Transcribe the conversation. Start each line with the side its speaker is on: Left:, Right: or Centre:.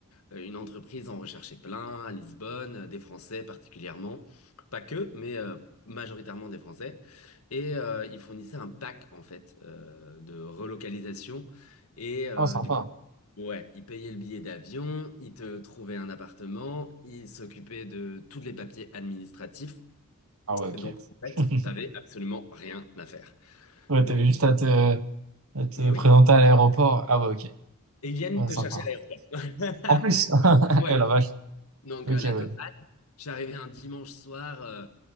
Left: une entreprise en recherchait plein à Lisbonne, euh, des Français particulièrement. Pas que, mais euh, majoritairement des Français. Et euh, ils fournissaient un pack en fait euh, de relocalisation. Et euh,
Right: Ah, sympa.
Left: du coup, Ouais, il payait le billet d'avion, il te trouvait un appartement, il s'occupait de tous les papiers administratifs.
Right: Ah ouais, ok.
Left: Donc, en fait,
Right: <laughs>
Left: t'avais absolument rien à faire.
Right: Ouais,
Left: Donc,
Right: t'avais juste à te, à te
Left: mais
Right: présenter
Left: oui.
Right: à l'aéroport. Ah ouais, ok.
Left: Et ils viennent
Right: Ouais,
Left: te
Right: sympa.
Left: chercher à l'aéroport.
Right: En plus,
Left: <laughs>
Right: <laughs>
Left: Ouais.
Right: eh, la vache.
Left: Donc,
Right: Ok,
Left: euh, la totale.
Right: ouais.
Left: J'arrivais un dimanche soir. euh,